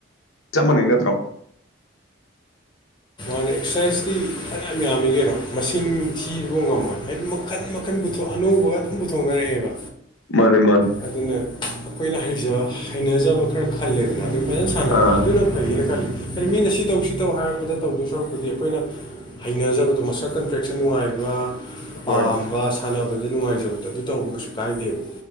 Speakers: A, on the left (about 80°); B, on the left (about 25°).
A: ꯆꯞ ꯃꯥꯟꯅꯩ ꯅꯠꯇ꯭ꯔꯣ
B: ꯑꯗꯨꯅ ꯑꯦꯛꯁ꯭ꯔꯁꯥꯏꯇꯤ ꯐꯩꯅꯥꯝ ꯌꯥꯝꯃꯤ ꯀꯩꯅꯣ ꯃꯁꯤꯡ ꯊꯤꯕ ꯕꯨꯛ ꯉꯝꯃꯣꯏ ꯍꯥꯏꯗꯤ ꯃꯈꯟ ꯃꯈꯟ ꯄꯨꯊꯣꯛꯑ ꯑꯅꯧꯕꯒ ꯑꯗꯨꯝ ꯄꯨꯊꯣꯛꯅꯔꯛꯑꯦꯕ
A: ꯃꯥꯅꯦ ꯃꯥꯅꯦ
B: ꯑꯗꯨꯅ ꯑꯩꯈꯣꯏꯅ ꯍꯖ ꯍꯩꯅꯖꯕ ꯈꯔ ꯈꯜꯂꯦꯗꯅ ꯑꯗꯨ ꯐꯖꯟ ꯁꯥꯟꯅꯕ
A: ꯑꯥ
B: ꯑꯗꯨꯅ ꯐꯩꯌꯦꯅ ꯈꯜꯂꯤ ꯍꯥꯏꯗꯤ ꯃꯤꯅ ꯁꯤ ꯇꯧ ꯁꯤ ꯇꯧ ꯍꯥꯏꯔꯛꯄꯗ ꯇꯧꯗꯣꯏ ꯁꯔꯨꯛꯄꯨꯗꯤ ꯑꯩꯈꯣꯏꯅ ꯍꯩꯅꯖꯕꯗꯣ ꯃꯁꯜ ꯀꯟꯇ꯭ꯔꯦꯛꯁꯟ ꯅꯨꯡꯉꯥꯏꯕ
A: ꯍꯣꯏ
B: ꯄꯥꯝꯕ ꯁꯥꯟꯅꯕꯗ ꯅꯨꯡꯉꯥꯏꯖꯕꯗꫭ ꯑꯗꯨ ꯇꯧꯕ ꯀꯩꯁꯨ ꯀꯥꯏꯗꯦꯕ